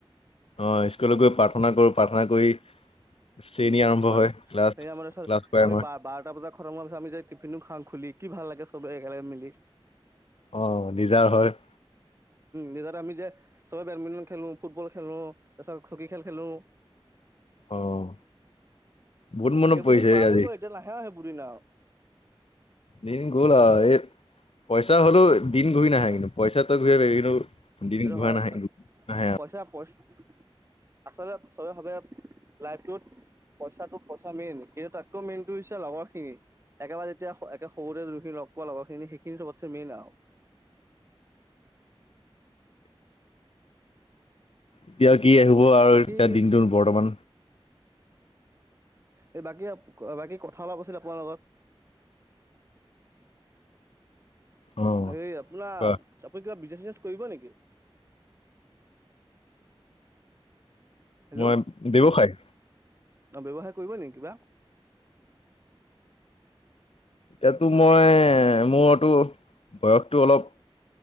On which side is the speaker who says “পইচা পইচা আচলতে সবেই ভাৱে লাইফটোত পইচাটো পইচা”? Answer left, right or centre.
Right